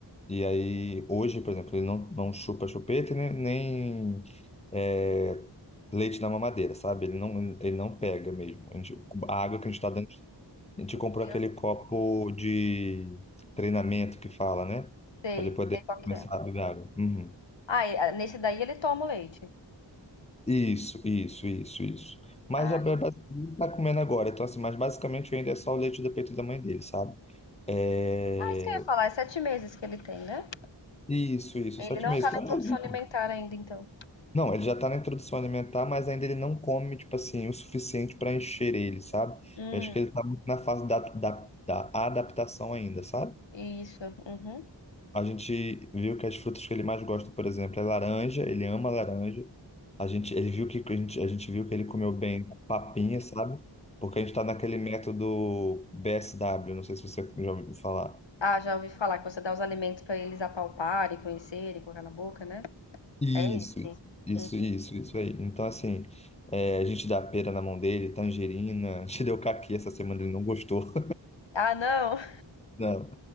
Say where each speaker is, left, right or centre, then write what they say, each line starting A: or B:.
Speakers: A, on the left; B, on the left.
A: E aí, hoje, por exemplo, ele não, não chupa chupeta e nem, nem, é, leite na mamadeira, sabe? Ele não, ele não pega mesmo. A gente- a água que a gente tá dando, a gente comprou
B: Eu
A: aquele copo de treinamento que fala, né?
B: sei,
A: Para ele poder
B: sei qual
A: começar
B: que é.
A: a beber água. Uhum.
B: Ah, e, ah, nesse daí ele toma o leite.
A: Isso, isso, isso, isso. Mas
B: Ah,
A: já ba- ba- ele tá comendo agora, então assim, mas basicamente ainda é só o leite do peito da mãe dele, sabe? É...
B: ah, isso que eu ia falar, é sete meses que ele tem, né?
A: Isso, isso,
B: Ele
A: sete
B: não
A: meses.
B: tá
A: Tá
B: na introdução
A: novinho.
B: alimentar ainda, então.
A: Não, ele já tá na introdução alimentar, mas ainda ele não come, tipo assim, o suficiente para encher ele, sabe?
B: Hum,
A: Eu acho que ele tá muito na fase da, da, da adaptação ainda, sabe?
B: isso. Uhum.
A: A gente viu que as frutas que ele mais gosta, por exemplo, é laranja, ele ama laranja. A gente, ele viu que, a gente, a gente viu que ele comeu bem papinha, sabe? Porque a gente tá naquele método BSW, não sei se você já ouviu falar.
B: Ah, já ouvi falar que você dá os alimentos pra eles apalparem, conhecerem, colocar na boca, né?
A: Isso,
B: É isso.
A: isso,
B: Hum.
A: isso, isso aí. Então, assim, é, a gente dá pera na mão dele, tangerina, <laughs> a gente deu caqui essa semana, ele não gostou,
B: Ah, não. <laughs>
A: <laughs> não.